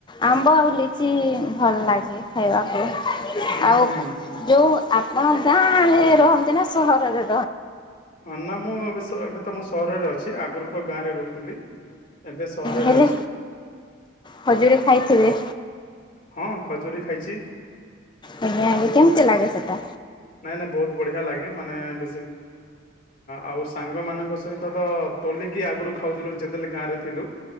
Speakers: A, on the left; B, on the left.
A: ଆମ୍ବ ଆଉ ଲିଚି-ଚି-ଚି। ଭଲ ଲାଗେ ଖାଇବା କୁ
B: ହୁଁ
A: ଆଉ
B: ହୁଁ ହୁଁ
A: ଯେଉଁ ଆପଣ ଗାଁରେ-ରେ-ରେ ରହନ୍ତି ନା ସ ସହର ରେ
B: ନା ମୁଁ ଏବେ ଏବେ ତ ମୁଁ ସ ସହରରେ ଅଛି ଆଗରୁ ଗାଁରେ ରହୁଥିଲି ଏବେ ସହରରେ
A: ହେଲେ
B: ଅଛି।
A: ଖଜୁରୀ ଖାଇଥିବେ।
B: ହଁ ଖଜୁରୀ ଖାଇଛି।
A: ଆଜ୍ଞା ଆଜ୍ଞା
B: ଆଉ
A: କେମିତି ଲାଗେ ସେଟା?
B: ନାଇଁ ନାଇଁ ବହୁତ ବଢିଆ ଲାଗେ ମାନେ ବ। ଆଉ ସାଙ୍ଗ ମାନଙ୍କ ସହିତ ତ ତୋଲିକି ଆଗରୁ। ଖାଉଥିଲୁ ଯେତେବେଳେ ଗାଁରେ ଥିଲୁ।